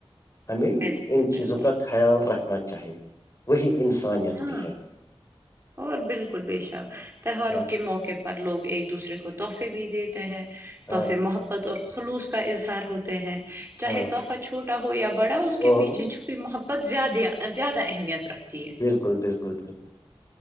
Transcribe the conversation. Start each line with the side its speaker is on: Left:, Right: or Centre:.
Left: ہمیں ان
Right: بالکل
Left: چیزوں
Right: بالکل
Left: کا خیال رکھنا چاہیے وہی انسانیت
Right: ہاں
Left: بھی ہے
Right: اور بالکل بے شک تہواروں
Left: ہاں
Right: کے موقع پر لوگ ایک دوسرے کو تحفے بھی دیتے ہیں
Left: ہاں
Right: تحفے محبت اور خلوص کا اظہار ہوتے ہیں چاہے
Left: ہاں
Right: تحفہ چھوٹا چھوٹا ہو یا بڑا اس کے
Left: اور
Right: پیچھے چھپی محبت زیادہ اہمیت رکھتی ہے
Left: بالکل بالکل بالکل